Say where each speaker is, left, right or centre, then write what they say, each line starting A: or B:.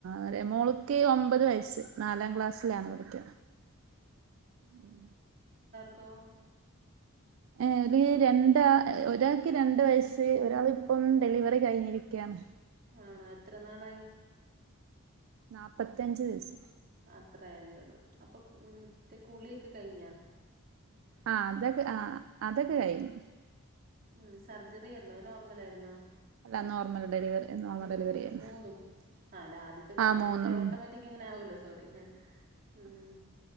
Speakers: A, on the right (about 65°); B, on the right (about 45°).
A: അറിയാ മോള്ക്ക് ഒമ്പത് വയസ്സ് നാലാം ക്ലാസ്സിലാണ് പഠിക്കാ ഉം
B: ക്കോ
A: ഏ ര് രണ്ടാ ഒരാൾക്ക് രണ്ട് വയസ്സ് ഒരാളിപ്പം ഡെലിവറി കഴിഞ്ഞിരിക്കയാണ്
B: ആണോ എത്ര നാളായി
A: നാപ്പത്തഞ്ച് ദിവസം
B: അത്രേ ആയതേയുള്ളൂ അപ്പൊ മ് മറ്റേ കുളിയൊക്കെ കഴിഞ്ഞോ
A: ആ അതൊക്കെ ആ അതൊക്കെ കഴിഞ്ഞ്
B: മ് സർജറി ആരുന്നോ നോർ ർമലാരുന്നോ
A: അല്ല നോർമൽ ഡെലിവറി
B: നോർമൽ
A: ഡെലിവറി ആയിരുന്നു
B: മൂന്നും അല്ല ആദ്യത്തെ പിൻ
A: ആ
B: ആദ്യത്തെ
A: മൂന്നും
B: ഓട്ടോമാറ്റിക് അങ്ങനെ ആവൂലോ സ് സോറി ഉം